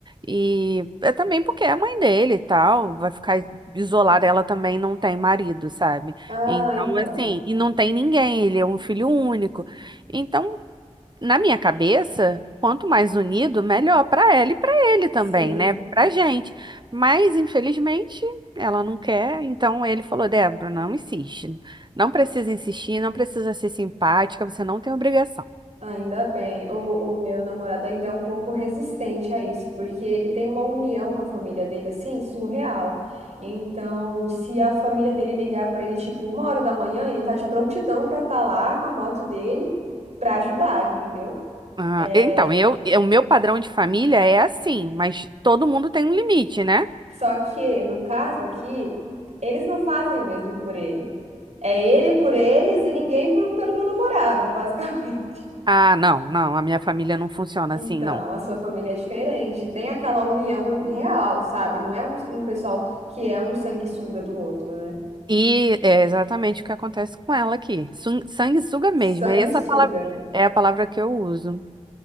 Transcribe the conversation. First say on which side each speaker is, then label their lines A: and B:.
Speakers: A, on the right; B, on the right.
A: E é também porque é a mãe dele e tal, vai ficar isolada, ela também não tem marido, sabe?
B: Ah,
A: Então,
B: então.
A: assim, e não tem ninguém, ele é um filho único. Então, na minha cabeça, quanto mais unido, melhor para ela e para ele também,
B: Sim.
A: né? Pra gente. Mas, infelizmente, ela não quer. Então ele falou: Débora, não insiste. Não precisa insistir, não precisa ser simpática, você não tem obrigação.
B: Ainda bem. O, o meu namorado ainda é um pouco resistente a isso, porque ele tem uma união com a família dele, assim, surreal. Então, se a família dele ligar para ele, tipo, uma hora da manhã, ele tá de prontidão para estar lá com a moto dele para ajudar, entendeu?
A: Ah,
B: É,
A: então, eu, eu- o meu padrão de família é assim, mas todo mundo tem um limite, né?
B: só que, no caso aqui, eles não fazem o mesmo por ele. É ele por eles e ninguém por- pelo meu namorado, <laughs> basicamente.
A: Ah, não, não, a minha família não funciona
B: Então,
A: assim, não.
B: a sua família é diferente. Tem aquela união real, sabe? Não é um, um pessoal que é um sanguessuga do outro, né?
A: E é exatamente o que acontece com ela aqui. Sun- Sanguessuga mesmo,
B: Sanguessuga.
A: é essa palavra, é a palavra que eu uso.